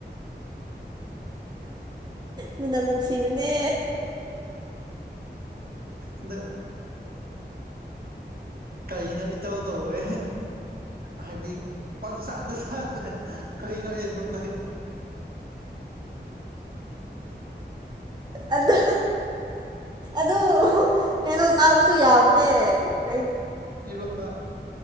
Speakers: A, on the right (about 25°); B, on the right (about 55°).
A: ꯃꯤꯅꯝ ꯅꯨꯡꯁꯤꯕꯅꯦ
B: ꯑꯗ ꯀꯩꯅꯣ ꯏꯇꯧ ꯇꯧꯋꯦ ꯍꯥꯏꯗꯤ ꯄꯪꯁꯥꯗ ꯆꯂꯦ ꯀꯩꯅꯣꯩꯅꯣꯗ
A: ꯑꯗ ꯑꯗꯨ ꯀꯩꯅꯣ ꯆꯥꯕꯁꯨ ꯌꯥꯕꯅꯦ ꯀ
B: ꯏꯔꯣꯕ